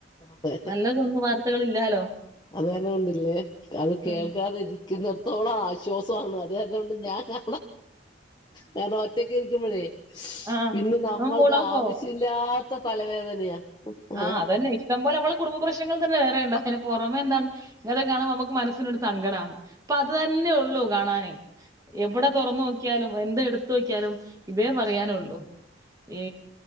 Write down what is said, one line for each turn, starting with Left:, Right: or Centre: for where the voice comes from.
Left: അതെ.
Right: നല്ലതൊന്നും വാർത്തകളില്ലാലോ
Left: അതെന്നെ കൊണ്ടില്ലേ അത് കേൾക്കാതിരി
Right: ഉം
Left: രിക്കത്തോളം ആശ്വാസമാണ് അത്‌ കാരണാണ് ഞാൻ കാ കാരണം ഒറ്റക്കിരിക്കുമ്പഴേ
Right: ആ
Left: പിന്നെ നമ്മൾക്ക്
Right: അവൻ മൂഡ് ഓഫോ
Left: ആവശ്യമില്ലാ പ്പൊ തലവേദനയാ ഏഹ്
Right: ആഹ് അതന്നെ ഇഷ് അതുപോലെ കുടുംബം പ്രശ്നം പ്രങ്ങൾ തന്നെ വേറെയ ഉണ്ടോ അതിന് പുറമെ എന്താണ് ഇങ്ങനെ കാണുമ്പോൾ നമ്മുക്ക് മനസ്സിനൊരു സങ്കടന്ന് അപ്പൊ അത് തന്നെ ഉള്ളു കാണാനേ എവിടെ തുറന്നു നോക്കിയാലും എന്ത എടുത്ത് നോക്കിയാലും ഇതേ പറയാനുള്ളൂ ഈ